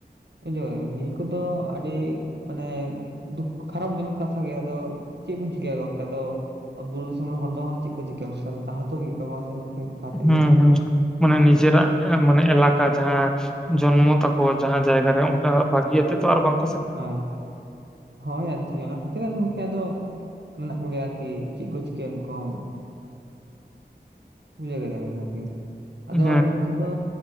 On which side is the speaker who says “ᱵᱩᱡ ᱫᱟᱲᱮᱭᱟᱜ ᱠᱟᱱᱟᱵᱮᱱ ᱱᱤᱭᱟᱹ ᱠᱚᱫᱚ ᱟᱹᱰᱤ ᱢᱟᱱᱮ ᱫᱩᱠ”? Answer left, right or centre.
Right